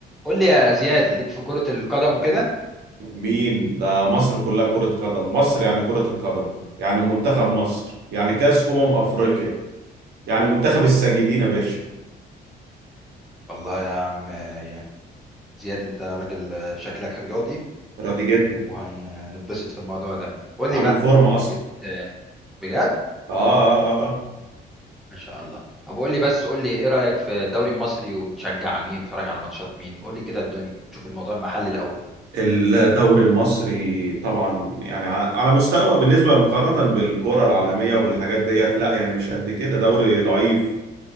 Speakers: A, in the centre; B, on the right.
A: قول لي يا زياد ليك في كرة القدم وكده
B: مين ده مصر كلها كرة قدم مصر يعني كرة القدم يعني منتخب مصر يعني كأس أمم أفريقيا يعني منتخب الساجدين يا باشا
A: والله يا عم يا زياد انت راجل آه، شكلك رياضي
B: راضي جدا
A: وهننبسط في الموضوع ده قول
B: عامل
A: لي بقى
B: فورمة أصلا
A: بت... بجد
B: آه آه، آه.
A: ما شاء الله طب قول لي بس قول لي ايه رأيك في الدوري المصري وبتشجع مين بتتفرج على ماتشات مين قول لي كده الدنيا شوف الموضوع المحلي الاول
B: الدوري المصري طبعا يعني ع- على مستوى بالنسبة مقارنة بالكرة العالمية وبالحاجات ديت لا يعني مش قد كده دوري ضعيف